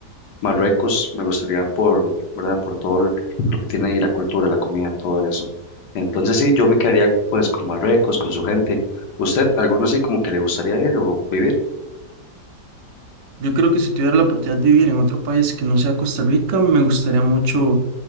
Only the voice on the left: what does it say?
Marruecos, me gustaría por, ¿verdad? Por todo el- lo que tiene ahí la cultura, la comida, todo eso. Entonces sí, yo me quedaría pues con Marruecos, con su gente. ¿Usted, alguno así como que le gustaría ir o vivir?